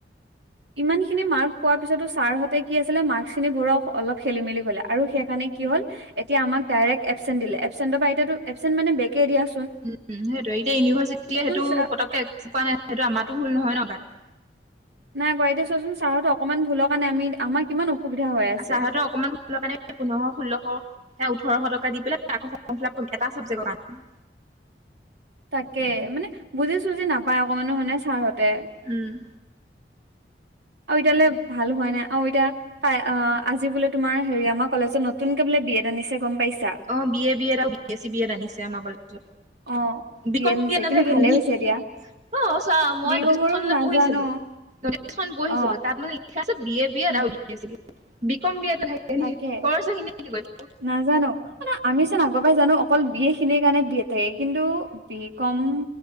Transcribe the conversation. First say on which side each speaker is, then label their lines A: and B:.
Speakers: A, on the right (about 75°); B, on the right (about 40°).
A: ইমান খিনি মাৰ্ক পোৱাৰ পিছতো ছাৰ হঁতে কি আছিলে মাৰ্ক খিনি বোৰক অলপ খেলি মেলি কলা, আৰু সেইকাৰণে কি হল এতিয়া আমাক ডাইৰেক্ট এবচেন্ট দিলে এবচেণ্টৰ পৰা এতিয়া এবচেণ্ট মানে বেকে দিয়া।
B: উম সেইটোয়ে এতিয়া ইউনিভাৰ্চিটিলে সেইটো
A: চা
B: পতককে একোৱা নাই সেইটো আমাৰো ভুল নহয় ন তাত।
A: নাই কৰা এতিয়া চোৱাচোন চাহত অকণমান ভুলৰ কাৰণে আমি আমাৰ কিমান অসুবিধা, হৈ আছে
B: চাহতো অকমান, কাৰণে পোন্ধশ ষোল্লশ ওঠৰশ টকা দি পেলাই আক ফম ফিলাপ এটা চাবজেক্ট কাৰণে।
A: তাকে মানে বুজি চুজি নাপায় অকমানো মানে ছাৰহতে।
B: উম,
A: আৰু এতিয়াললে ভাল হোৱ নাই আৰু এতিয়া। অ আজি বোলে তোমাৰ হেৰি আমাৰ কলেজত নতুনকে বোলে বি এড আনিছে গম পাইছা।
B: অ বি এ বি এড আৰু B S C B Ed আনিছে আমাৰ কলেজত।
A: অ
B: বিকম
A: বি এড আনিছে
B: নাথাকে
A: কিন্তু ভালে
B: নেকি
A: হৈছে দিয়া
B: অ চোৱা মই
A: বি কমৰো
B: মানে
A: নাজানো
B: পঢ়িছিলো। খন বহিছিলো
A: অ
B: তাত মানে লিখা আছে বি এ বি এড
A: উম
B: আৰু বি এছ বি বি কম বি এড থাক, এনেক
A: তাকে
B: খৰচা খিনিয়ে কৰিম।
A: নাজানো মে আমিচোন আগৰ পৰা জানো অকল বিয়ে খিনিৰ কাৰণে বিয়ে এড থাকে কিন্তু, বিকম